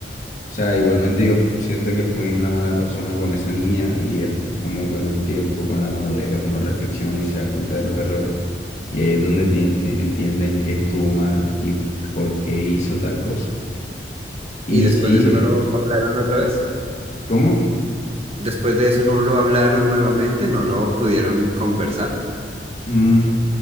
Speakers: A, on the left; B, on the right.
A: O sea, igualmente yo f- siento que fui una mala persona con esa niña y después como con el tiempo, con la madurez, uno reflexiona y se da cuenta de los errores. Y ahí es donde tiende- entienden que estuvo mal y por qué hizo tal cosa. Y
B: Y después
A: sí,
B: de eso
A: eh,
B: no lo hablaron otra vez.
A: ¿cómo?
B: Después de eso no lo hablaron nuevamente, no lo pudieron conversar.
A: Mm,